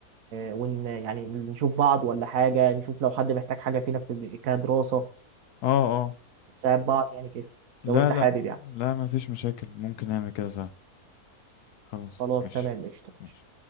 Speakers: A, on the right (about 65°); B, on the left (about 80°).
A: ون يعني نشوف بعض ولا حاجة نشوف لو حد محتاج حاجة فينا في كدراسة
B: اه
A: نساعد بعض يعني كده
B: لا
A: لو انت
B: لا
A: حابب يعني
B: لا ما فيش مشاكل ممكن نعمل كده فعلا خلاص
A: خلاص
B: مش
A: تمام قشطة
B: مش